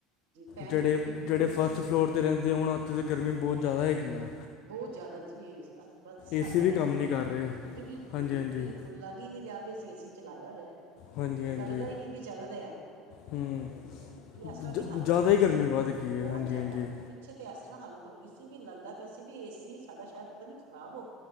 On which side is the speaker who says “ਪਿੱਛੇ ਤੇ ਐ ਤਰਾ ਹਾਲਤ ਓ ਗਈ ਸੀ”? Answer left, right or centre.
Right